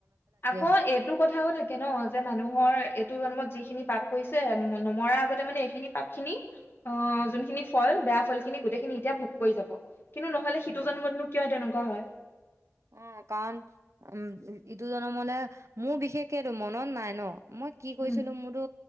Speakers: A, on the left; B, on the right.
A: আকৌ
B: হ'ল
A: এইটো কথাও থাকে ন যে মানুহৰ এইটো জন্মত যি যিখিনি পাপ কৰিছে নমৰা আগতে মানে এইখিনি পাপ খিনি অ
B: উম
A: যোনখিনি ফল বেয়া ফল যিখিনি গোটেইখিনি এতিয়া ভোগ কৰি যাব কিন্তু নহলে হিটো
B: উম
A: জন্মত নো কিয় তেনেকোৱা কাৰ হয়?
B: অ কাৰণ উম-উম ইটো জন মনে মোৰ বিশেষ সেইটো মনত নাই ন? মই কি কৈছিলো
A: উম
B: মোৰটো